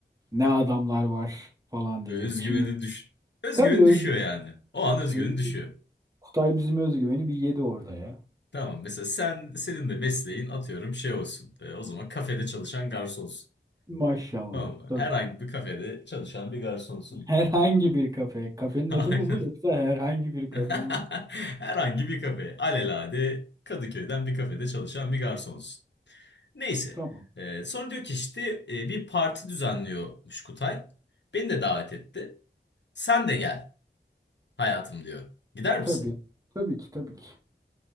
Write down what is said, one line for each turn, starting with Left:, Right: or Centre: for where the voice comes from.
Right: Ne adamlar var falan
Left: Böyle
Right: diye.
Left: özgüveni
Right: Kim?
Left: düş özgüveni
Right: Tabii özgü,
Left: düşüyor yani. O
Right: özgüveni,
Left: an özgüveni düşüyor.
Right: Kutay bizim özgüveni bir yedi orada ya.
Left: Tamam mesela sen senin de mesleğin atıyorum şey olsun. E, o zaman kafede çalışan garsonsun.
Right: Maşallah.
Left: Tamam mı?
Right: Tabii.
Left: Herhangi bir kafede çalışan bir garsonsun.
Right: Herhangi bir kafe. Kafenin
Left: <laughs> Aynen.
Right: adı mı bu yoksa herhangi bir kafe
Left: <laughs>
Right: mi?
Left: Herhangi bir kafe. Alelade Kadıköy'den bir kafede çalışan bir garsonsun. Neyse.
Right: Tamam.
Left: E, sonra diyor ki işte e, bir parti düzenliyormuş Kutay. Beni de davet etti. Sen de gel hayatım diyor. Gider misin?
Right: Tabii. Tabii ki tabii ki.